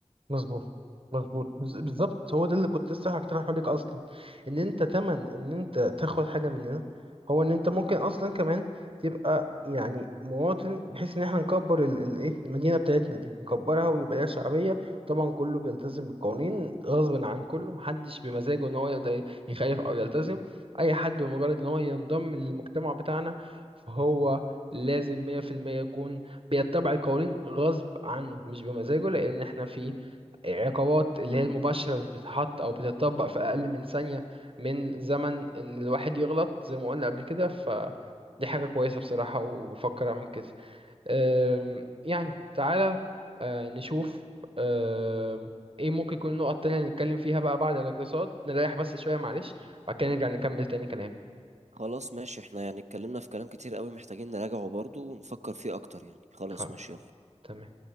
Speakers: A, on the right; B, on the right.
A: مظبوط مظبوط بز- بالظبط هو ده اللي كنت لسه هقترحه لك اصلا ان انت تمن ان انت تاخد حاجه مننا هو ان انت ممكن اصلا كمان تبقى يعني مواطن بحيث ان احنا نكبر ال- ال- ايه المدينه بتاعتنا دي نكبرها ويبقى ليها شعبيه طبعا كله بيلتزم بالقوانين غصب عن كله محدش بمزاجه ان هو يقدر يخالف او يلتزم اي حد بمجرد ان هو ينضم للمجتمع بتاعنا فهو لازم 100% يكون بيتبع القوانين غصب عنه مش بمزاجه لان احنا في عقابات اللي هي المباشرة اللي بتتحط أو بتتطبق في أقل من ثانية من زمن إن الواحد يغلط زي ما قلنا قبل كده فدي حاجة كويسة بصراحة وبفكر أعمل كده أم، يعني تعالى أه، نشوف أم، إيه ممكن يكون النقط التانية اللي نتكلم فيها بقى بعد الاقتصاد نريح بس شوية معلش بعد كده نرجع نكمل تاني كلام
B: خلاص ماشي احنا يعني اتكلمنا في كلام كتير قوي محتاجين نراجعه برضو ونفكر فيه اكتر يعني خلاص
A: خلاص
B: ماشي يلا
A: تمام